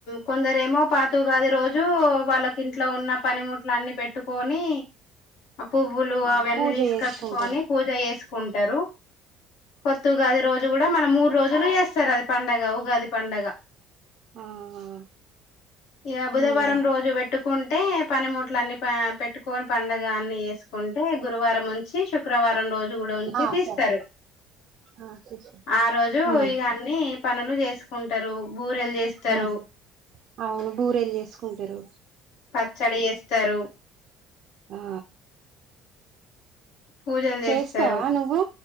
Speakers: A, on the left; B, on the right.
A: కొందరేమో పాతుగది రోజు వాళ్ళకి ఇంట్లో ఉన్న పనిముట్లు అన్ని పెట్టుకొని పువ్వులు
B: ఆ
A: అవన్నీ
B: పూజ
A: తీసుకచ్చుకొని
B: చేసుకుంటారు
A: పూజ చేసు కుంటారు కొత్త ఉగాది రోజు కూడా మన మూడు రోజులు చేస్తారు అది పండగ ఉగాది పండగ
B: ఆ అ
A: ఇక బుధవారం
B: మ్
A: రోజు పెట్టుకుంటే పనిముట్ల అన్నీ ఆ పెట్టు కోని పండుగ అన్నీే ఎస్ కొంటే గురువారం నుంచి శుక్రవారం రోజు కూడా ఉంచి
B: ఆ
A: తీస్తారు
B: సరే ఆ చేసా
A: ఆ రోజు
B: ఆ
A: ఇగా అన్నీ పనులు చేసుకుంటారు బూరేల్ చేస్తారు
B: ఆ అవును బూరేలు చేసుకుంటారు
A: పచ్చడి ఏస్తారు
B: ఆ
A: పూజలు
B: చేస్తావా
A: చేస్తారు
B: నువ్వు